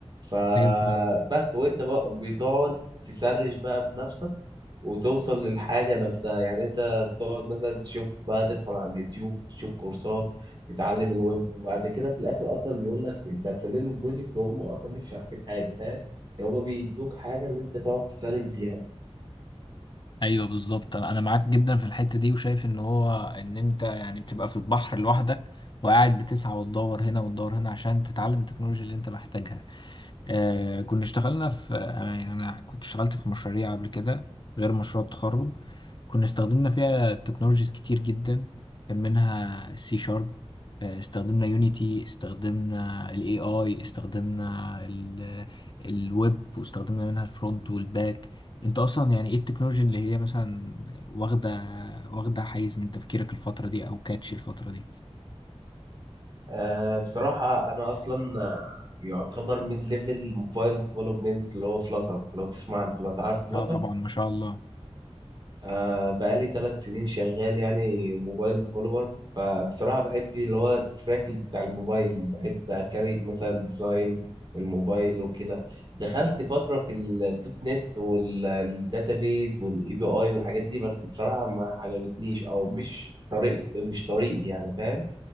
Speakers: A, on the right; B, on the left.
A: فبس
B: ايوه طبعاً.
A: وأنت بقى بتقعد تسرش بقى بنفسك وتوصل للحاجة نفسها يعني انت بتقعد مثلا تشوف بقى تدخل على اليوتيوب تشوف كورسات تتعلم الويب وبعد كده في الاخر اصلا بيقول لك انت هتسلم البروجكت وهم اصلا مش شارحين حاجة فاهم يعني هم بيدوك حاجة اللي انت تقعد تفرج بيها
B: ايوه بالظبط انا أنا معاك جدا في الحته دي وشايف ان هو ان انت يعني بتبقى في البحر لوحدك وقاعد بتسعى وتدور هنا وتدور هنا عشان تتعلم التكنولوجيا اللي انت محتاجها آه كنا اشتغلنا في انا يعني انا كنت اشتغلت في مشاريع قبل كده غير مشروع التخرج كنا استخدمنا فيها تكنولوجيز كتير جدا كان منها السي شارب استخدمنا يونيتي استخدمنا الاي اي استخدمنا الويب واستخدمنا منها الفرونت والباك انت اصلا يعني ايه التكنولوجي اللي هي مثلا واخده واخده حيز من تفكيرك الفتره دي او كاتش الفتره دي
A: آه بصراحة انا اصلا آه، يعتبر ميد ليفل موبايل ديفلوبمنت اللي هو فلاتر لو تسمع عن فلاتر عارف فلاتر
B: اه طبعا ما شاء الله
A: آه بقالي ثلاث سنين شغال يعني موبايل ديفلوبر فبصراحة بحب اللي هو التراك بتاع الموبايل بحب أكريت مثلا ديزاين الموبايل وكده دخلت فترة في الدوت نت والداتابيز والاي بي اي والحاجات دي بس بصراحة ما عجبتنيش او مش طريقي مش طريقي يعني فاهم